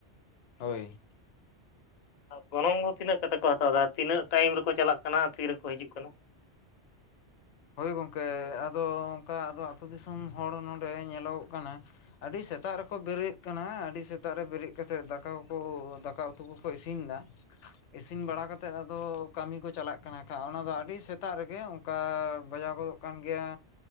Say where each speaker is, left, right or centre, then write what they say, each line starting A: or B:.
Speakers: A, on the left; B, on the left.
A: ᱦᱳᱭ
B: ᱜᱚᱱᱚᱝ ᱫᱚ ᱛᱤᱱᱟᱹᱜ ᱠᱟᱛᱮ ᱠᱚ ᱦᱟᱛᱟᱣ ᱫᱟ ᱛᱤᱱᱟᱹᱜ ᱴᱟᱭᱤᱢ ᱨᱮᱠᱚ ᱪᱟᱞᱟᱜ ᱠᱟᱱᱟ ᱛᱤ ᱨᱮᱠᱚ ᱦᱤᱡᱩᱜ ᱠᱟᱱᱟ᱾
A: ᱦᱳᱭ ᱜᱚᱢᱠᱮ ᱟᱫᱚ ᱚᱱᱠᱟ ᱟᱫᱚ ᱟᱹᱛᱩᱳ ᱫᱤᱥᱚᱢ ᱦᱚᱲ ᱱᱚᱰᱮ ᱧᱮᱞᱚᱜᱚᱜ ᱠᱟᱱᱟ ᱟᱹᱰᱤ ᱥᱮᱛᱟᱜ ᱨᱮᱠᱚ ᱵᱮᱨᱮᱫ ᱠᱟᱱᱟ ᱟᱹᱰᱤ ᱥᱮᱛᱟᱜ ᱨᱮᱠᱚ ᱵᱮᱨᱮᱫ ᱠᱟᱱᱟ᱾ ᱟᱹᱰᱤ ᱥᱮᱛᱟᱜ ᱨᱮ ᱵᱮᱨᱮᱫ ᱠᱟᱛᱮ ᱫᱟᱠᱟ ᱠᱚ ᱫᱟᱠᱟ ᱩᱛᱩ ᱠᱚᱠᱚ ᱤᱥᱤᱱ ᱫᱟ᱾ <unintelligible> ᱤᱥᱤᱱ ᱵᱟᱲᱟ ᱠᱟᱛᱮᱫ ᱟᱫᱚ ᱠᱟᱹᱢᱤ ᱠᱚ ᱪᱟᱞᱟᱜ ᱠᱟᱱᱟ ᱠᱷᱟᱱ, ᱚᱱᱟᱫᱚ ᱟᱹᱰᱤ ᱥᱮᱛᱟᱜ ᱨᱮᱜᱮ ᱚᱱᱠᱟ ᱵᱟᱡᱟᱣ ᱜᱚᱫᱚᱜ ᱠᱟᱱ ᱜᱮᱭᱟ